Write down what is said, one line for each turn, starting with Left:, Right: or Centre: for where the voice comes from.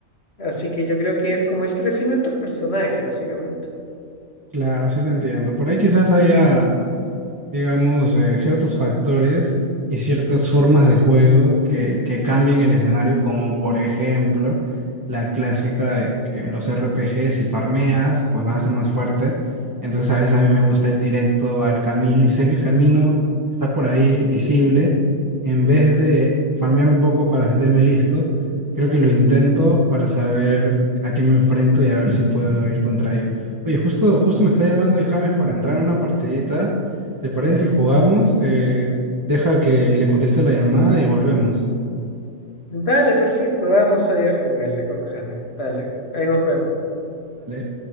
Left: Así que yo creo que es como el crecimiento del personaje, básicamente.
Right: Claro, sí te entiendo. Por ahí quizás haya. digamos, eh, ciertos factores y ciertas formas de juego que, que cambien el escenario, como por ejemplo la clásica de que los RPGs, si farmeas, pues vas a ser más fuerte. Entonces a veces a mí me gusta ir directo al camino y si sé que el camino está por ahí visible, en vez de farmear un poco para sentirme listo, creo que lo intento para saber a qué me enfrento y a ver si puedo ir contra ello. Oye, justo, justo me está llamando ahí James para entrar a una partidita. ¿Te parece si jugamos? Eh, deja que le conteste la llamada y volvemos.
Left: Dale, perfecto, vamos ahí a jugarle con James. Dale, ahí nos vemos.
Right: Dale.